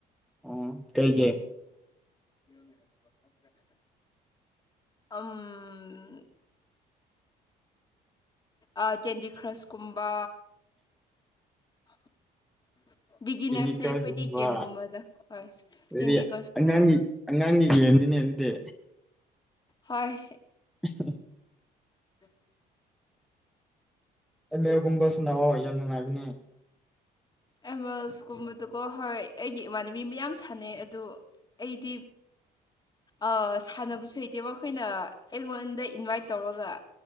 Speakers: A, in the centre; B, on the left.
A: ꯎꯝ ꯀꯩꯒꯤ
B: <inaudible> ꯎꯝ ꯑ ꯀꯟꯗꯤ ꯀ꯭ꯔꯁꯀꯨꯝꯕ <unintelligible> ꯕꯤꯒꯤꯅꯔꯁꯅꯦ
A: ꯀꯦꯟꯗꯤ ꯀ꯭ꯔꯁꯒꯨꯝꯕ
B: ꯑꯩꯈꯣꯏꯗꯤ ꯒꯝꯒꯨꯝꯕꯗ ꯍꯣꯏ
A: ꯑꯗꯨꯗꯤ
B: ꯀꯦꯟꯗꯤ ꯀ꯭ꯔꯁꯀꯨꯝꯕ
A: ꯑꯉꯥꯡꯒꯤ ꯑꯉꯥꯡꯒꯤ ꯒꯝꯅꯤꯅꯦ ꯑꯗꯨꯗꯤ
B: ꯍꯣꯢ
A: <unintelligible>
B: ꯑꯁ
A: ꯑꯦꯃꯦꯜ ꯒꯨꯝꯕ ꯁꯅꯥꯎꯑꯣ ꯌꯥꯝ ꯅꯨꯡꯉꯥꯏꯕꯅꯦ
B: ꯑꯦꯃꯦꯜꯁ ꯀꯨꯝꯕꯗꯨꯀꯣ ꯍꯣꯏ ꯑꯩꯒꯤ ꯏꯃꯥꯟꯅꯕꯤ ꯃꯌꯥꯝ ꯁꯥꯟꯅꯩ ꯑꯗꯣ ꯑꯩꯗꯤ ꯑ ꯁꯥꯟꯅꯕꯁꯨ ꯍꯩꯇꯦꯕ ꯑꯩꯈꯣꯏꯅ ꯑꯩꯉꯣꯟꯗ ꯏꯟꯚꯥꯏꯠ ꯇꯧꯔꯒ